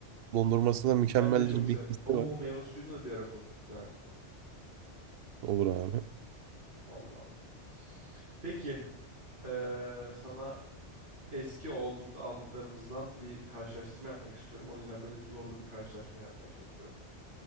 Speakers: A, on the right; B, on the right.
A: Dondurması da mükemmeldir
B: Ben de çok sev...
A: bir hissi
B: Oo
A: var.
B: meyve suyunu da bir ara konuştuk ha.
A: Olur abi.
B: Vallahi. Peki. eee, sana eski olduk, aldıklarımızdan bir karşılaştırma yapmak istiyorum. O yüzden böyle bir zorlu bir karşılaşma yapmaya çalışıyorum.